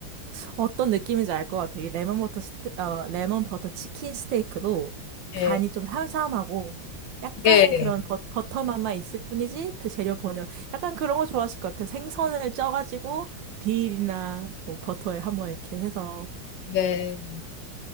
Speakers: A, on the right (about 75°); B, on the left (about 75°).
A: 어떤 느낌인지 알 것 같아요. 이 레몬 버터 스테, 어, 레몬 버터 치킨 스테이크도
B: <laughs>
A: 간이
B: 예.
A: 좀 삼삼하고 약간의
B: 예.
A: 그런 버, 버터 맛만 있을 뿐이지 그 재료 본연 약간 그런 거 좋아하실 것 같아요. 생선을 쪄가지고 딜이나 뭐 버터에 한번 이렇게 해서
B: 네.